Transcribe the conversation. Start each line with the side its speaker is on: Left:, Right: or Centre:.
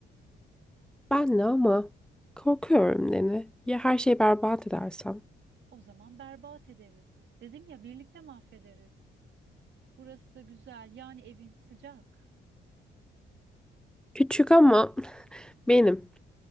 Centre: Ben de ama korkuyorum Deni. Ya her şeyi berbat edersem?
Right: O zaman berbat ederiz. Dedim ya birlikte mahvederiz. Burası güzel yani evin sıcak.
Centre: Küçük ama <laughs> benim.